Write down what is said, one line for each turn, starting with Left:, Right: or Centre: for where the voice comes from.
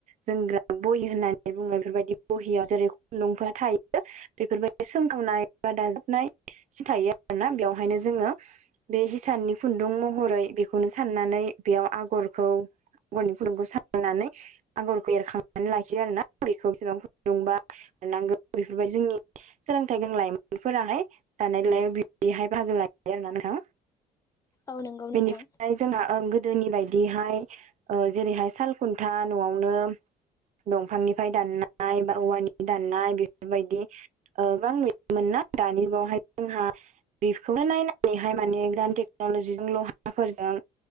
Right: जोंग्रा बहि होननानै बुङो बेफोरबायदि बहियाव जेरै खुन्दुंफोरा थायो। बेफोरबायदि सोंखावनाय बा दाजाबनाय सि थायो आरोना बेयाव ओंखायनो जोङो बे हिसाननि खुन्दुं महरै बेखौनो साननानै बेयाव आगरखौ आगरनि फुदुंखौ सारनानै आगरखौ एरखांनानै लाखियो आरो ना खौ बेसेबां फुन्दुंबा मोननांगौ बेफोरबाय जोंनि सोलोंथाइ गोनां लाइमोनफोराहाय थानायानाय लायाव बिदिहाय बाहागो लाहैयो आरो ना नोंथां।
Left: औ नंगौ नोंथां
Right: बेनिफ्राय जोंना गोदोनि बायदिहाय ओ जेरैहाय सालखुन था न'आवनो दंफांनिफ्राय दाननाय बा औवानि दाननाय बेफोरबायदि ओ गोबां नुयोमोन ना दानि बेवहाय जोंहा बेखौनो नायनानैहाय माने गोदान टेक्न'लजिजों लहाफोरजों